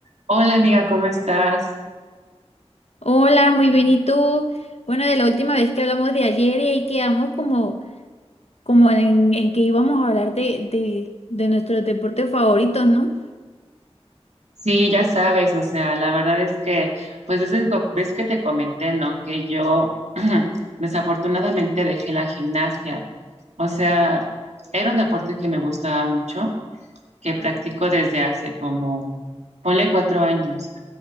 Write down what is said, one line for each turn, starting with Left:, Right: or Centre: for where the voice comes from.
Right: Hola amiga, ¿cómo estás?
Left: Hola, muy bien. ¿Y tú? Bueno, de la última vez que hablamos de ayer y ahí quedamos como, como en, en que íbamos a hablar de, de, de nuestros deportes favoritos, ¿no?
Right: Sí, ya sabes, o sea, la verdad es que, pues desde el co- ves que te comenté, ¿no? Que yo <clears throat> desafortunadamente dejé la gimnasia. O sea, era un deporte que me gustaba mucho, que practico desde hace como, ponle cuatro años.